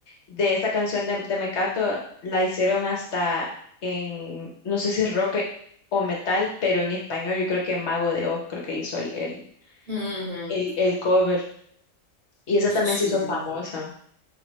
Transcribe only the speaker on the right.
ujú,
Qué
chido,